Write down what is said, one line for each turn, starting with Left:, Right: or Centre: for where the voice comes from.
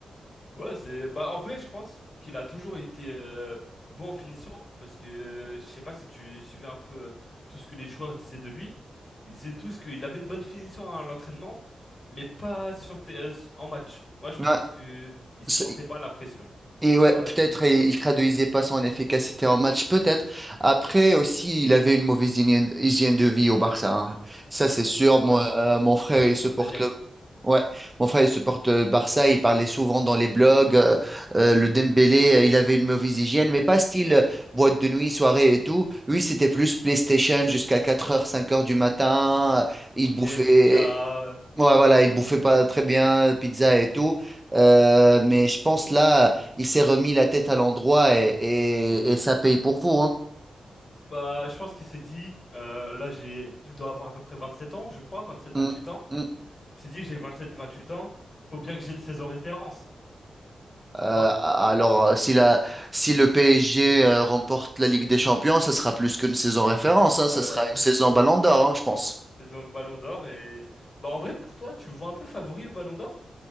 Left: Ouais, c'est bah en vrai, je pense qu'il a toujours été euh, bon en finition parce que euh, je sais pas si tu suivais un peu euh, tout ce que les joueurs disaient de lui. Ils disaient tous qu'il avait une bonne finition à l'entraînement, mais pas sur tes- euh, su- en match. Moi, je
Right: Ouais,
Left: pense que il supportait
Right: c'est-
Left: pas la pression,
Right: et ouais,
Left: tu vois.
Right: peut-être
Left: et-
Right: il, il traduisait pas son efficacité en match, peut-être. Après aussi, il avait une mauvaise hygiène, hygiène de vie au Barça. hein. Ça c'est sûr. Moi,
Left: Ouais,
Right: euh, mon frère il supporte
Left: indéniable.
Right: le Ouais, mon frère, il supporte euh, Barça, il parlait souvent dans les blogs, euh, euh, le Dembélé, euh, il avait une mauvaise hygiène, mais pas style euh, boîte de nuit, soirée et tout. Lui, c'était plus PlayStation jusqu'à quatre heures, cinq heures du matin, euh, il
Left: Ok,
Right: bouffait,
Left: pizza
Right: ouais, voilà, il
Left: et
Right: bouffait
Left: tout.
Right: pas très bien, euh, pizza et tout. Euh, mais je pense là, il s'est remis la tête à l'endroit et, et- et ça paye pour vous, hein.
Left: Bah, je pense qu'il s'est dit euh, là j'ai il doit avoir à peu près 27 ans, je crois, 27-28
Right: Mm,
Left: ans.
Right: mm.
Left: Il s'est dit, j'ai vingt sept, vingt huit ans, faut bien que j'ai une saison référence,
Right: Euh,
Left: tu vois?
Right: alors, euh, si la, si le PSG euh, remporte la Ligue des Champions, ça sera plus qu'une saison référence, hein, ça
Left: Euh,
Right: sera une
Left: <laughs>
Right: saison Ballon d'Or, hein, je pense.
Left: saison Ballon d'Or et... Bah, en vrai, pour toi, tu le vois un peu favori au Ballon d'Or?